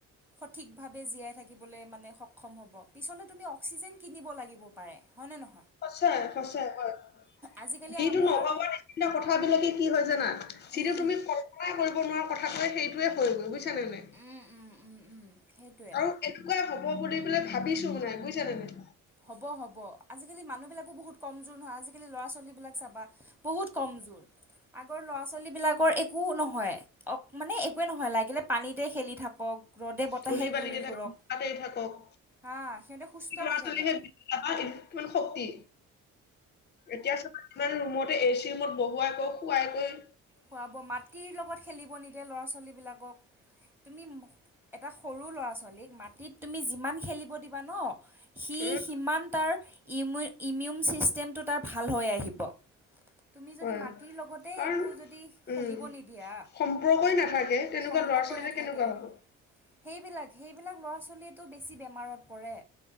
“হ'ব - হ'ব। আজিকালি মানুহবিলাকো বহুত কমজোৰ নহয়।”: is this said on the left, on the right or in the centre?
Centre